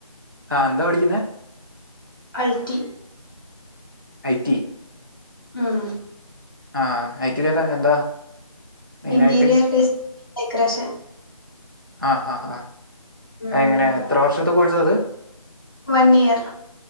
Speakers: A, on the right; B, on the left.
A: ആഹ് എന്താ പഠിക്കുന്നേ
B: അൽട്ടി
A: ഐ ടി
B: ഉം
A: ആഹ് ഐ ടി ഏതാ എന്താ മെയിനാട്ട്
B: ഇന്റീരിയർ ഡിസ് ഡെക്കറേഷൻ
A: ആഹ് ആഹ് ആഹ്
B: ഉം
A: ആഹ് എങ്ങനെ എത്ര വർഷത്തെ കോഴ്‌സത്
B: വൺ ഇയർ